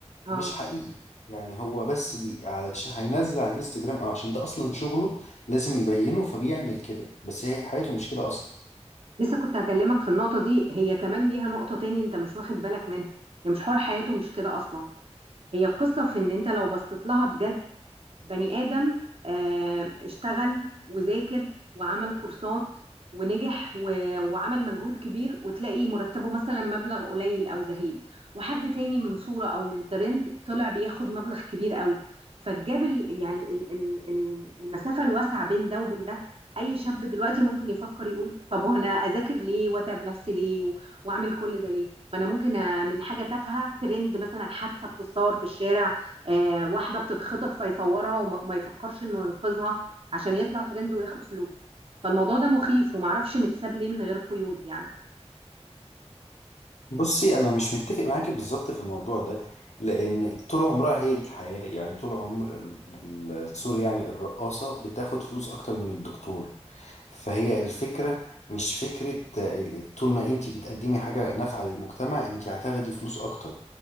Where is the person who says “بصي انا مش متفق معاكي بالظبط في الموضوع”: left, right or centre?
Left